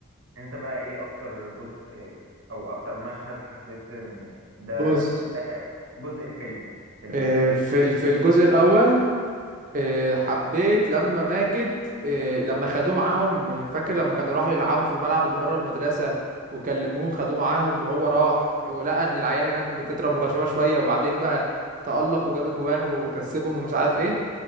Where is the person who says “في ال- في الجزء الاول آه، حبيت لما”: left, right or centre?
Right